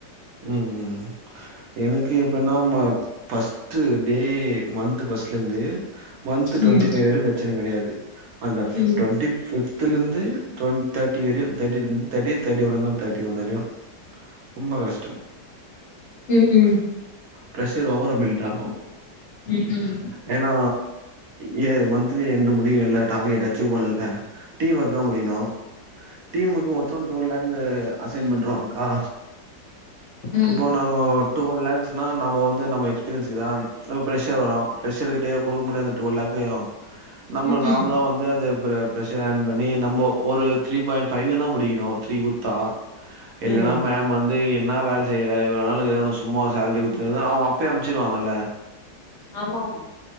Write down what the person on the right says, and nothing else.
ம் ம் ம் எனக்கு எப்டினா ம ஃபஸ்ட்டு டே மன்த் ஃபஸ்ட்லந்து மன்த் டுவெண்டி
ஃபைவ் வரையு பிரச்சன கெடையாது அந்த
டொன்ட்டி ஃபிஃப்துலந்து டுவெண் தேர்ட்டி வரையு தேர்ட்டி தேர்டி தேட்டி ஒன் இருந்த தேர்டி ஒன் வரையு ரொம்ப கஷ்
பிரஷர் ஓவரா பில்ட் ஆகு
ஏன்னா ஏ மன்த்லி என்டு முடியுதுல்ல டார்கெட் அச்சீவ் பண்ல டீம் ஒர்க்கா முடியணு டீம் ஒர்க்கு மொத்தோ டுவல் லேக்கு அசைன் பண்றாங்க்கா
இப்போ நாங்க டுவல் லேக்ஸ்னா நம்ம வந்து நம்ம எஸ்பீரியன்ஸுக்குதா அப்ப பிரஷர் வரு பிரஷர்கிட்டயா குடுக்க முடியு அந்த டுவல் லேக்கயு நம்மள்
நாமதா வந்து அது பிர ப்ரஷர் ஆன் பண்ணி நம்ம ஒரு த்ரீ பாயிண்ட் ஃபைவ்னா முடிக்கணு த்ரீ குத்தா இல்லனா
மேம் வந்து எ என்னா வேல செய்ற இவ்ள நாளுக்ற உனக்கு சும்மாவா சேலரி குடுத்துனுருக்து அவங்க அப்பயே அம்ச்சிருவாங்கல்ல